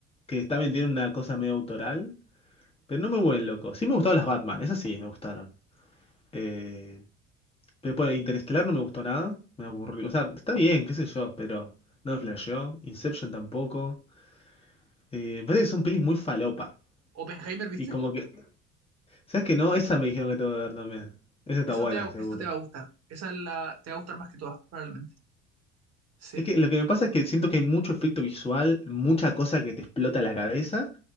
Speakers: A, on the left; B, on the right.
A: que también tienen una cosa medio autoral, pero no me vuelven loco. Sí me gustaron las Batman, esas sí me gustaron. Eh, pero después de Interestelar no me gustó nada, me aburrió. O sea, está bien, qué sé yo, pero no me flasheó. Inception tampoco. Eh, me parece que son pelis muy falopa.
B: Oppenheimer, ¿viste?
A: Y como que, ¿sabes qué? No, esa me dijeron que tengo que ver también. Esa está
B: Eso
A: buena,
B: te, va-
A: seguro.
B: eso te va a gustar. Esa es la, te va a gustar más que todas, probablemente. Sí.
A: Es que lo que me pasa es que siento que hay mucho efecto visual, mucha cosa que te explota la cabeza,